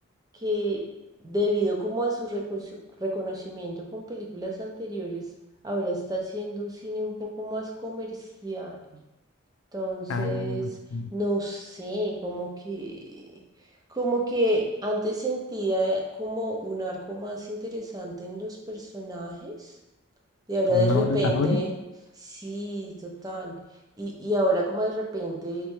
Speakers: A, on the right; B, on the left.
A: que debido como a su reconoci- reconocimiento con películas anteriores, ahora está haciendo un cine un poco más comercial. Entonces,
B: Ah, mm,
A: no sé, como que, como que antes sentía como un arco más interesante en los personajes. Y ahora
B: como
A: de
B: un mejor
A: repente,
B: desarrollo,
A: sí, total. Y, y ahora como de repente,